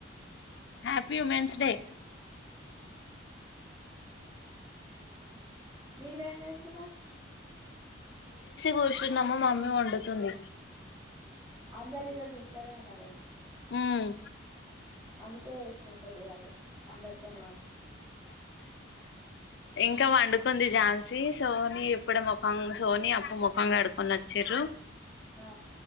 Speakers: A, on the left; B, on the right.
A: హ్యాపీ ఉమెన్స్ డే
B: మీరేం చేస్తున్నారు
A: కూషున్న మా మమ్మీ వండుతుంది
B: అందరూ ఈరోజు ఇంట్లోనే ఉన్నారేమో
A: హ్మ్
B: అందుకే ఎసినే పొద్దుగాలె అందరితోను
A: ఇంకా వండుకుంది ఝాన్సీ, సోనీ ఎప్పుడో ముఖం సోని అప్పు ముఖంగడుకొని వచ్చిర్రు.
B: ఆ